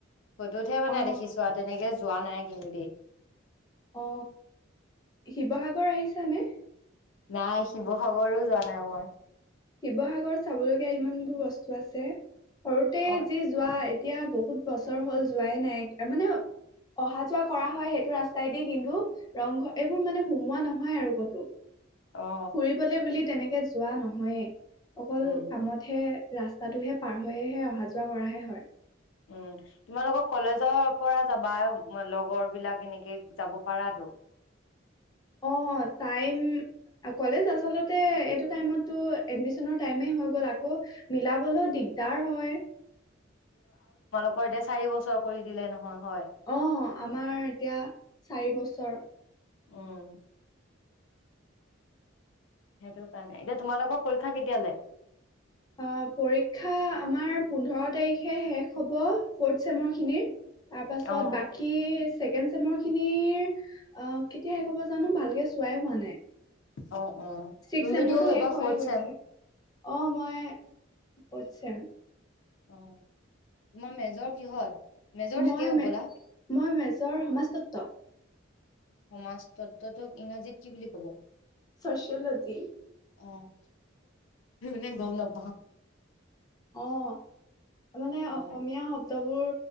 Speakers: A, on the left; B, on the left.
A: ফটোতহে মানে
B: অ
A: দেখিছো আৰু তেনেকে যোৱা নাই কিন্তু দে,
B: অ শিৱসাগৰ আহিছানে
A: নাই শিৱসাগৰো যোৱা নাই মই
B: শিৱসাগৰত চাবলগীয়া ইমান বোৰ বস্তু আছে। সৰুতে
A: অ
B: যি যোৱা এতিয়া বহুত বহুত বছৰ হ'ল যোৱাই নাই মানে অহা যোৱা কৰা হয় সেইটো ৰাস্তাইদি কিন্তু ৰংঘৰ এইবোৰ মানে সুমোৱা নহয় আৰু কতো।
A: অ
B: ফুৰিবলৈ বুলি তেনেকে তে যোৱা নহয় <inaudible> অকল
A: উম
B: কামতহে ৰাস্তাটোহে পাৰ হৈয়েহে অহা যোৱা কৰাহে হয়।
A: উম তোমালোকৰ কলেজৰ পৰা যাবা লগৰ বিলাক এনেকে যাব পাৰাাতো
B: অ' টাইম কলেজ আচলতে এইটো টাইমটো এডমিছন টাইমেই হৈ গ'ল আকৌ মিলাবলৈও দিগদাৰ হয়
A: ক দে চাৰি বছৰ কৰি দিলে নহয়। হয়
B: অ আমাৰ এতিয়া চাৰি বছৰ
A: উম সেইটো কাৰণে এতিয়া তোমালোকৰ পৰীক্ষা কেতিয়ালৈ
B: অ' পৰীক্ষা আমাৰ। পোন্ধৰ তাৰিখে শেষ হ'ব ফৰ্থ চেমৰ খিনিৰ তাৰ পাছত
A: অ
B: বাকী চেকেণ্ড চেমৰ খিনিৰ অ কেতিয়া শেষব জানো ভালকে চোৱাই হোৱা নাই।
A: অ অ
B: ছিক্স
A: তুমিতো
B: চেমৰটো
A: এবাৰ
B: শেষ হৈয়ে
A: ফৰতছেম
B: গৈছে
A: চন
B: অ মই ফৰত ছেম
A: অ' তোমাৰ মেজৰ কিহত মেজৰ
B: মই
A: থাকে হ'বলা
B: ম মই মেজৰ সমাজতত্ব
A: সমাজ তত্বটোক ইংৰাজীত কি বুলি কব
B: ছচেলজি
A: অ' মনে গম নাপ
B: অ' মানে অসমীয়া
A: অ
B: শব্দবোৰ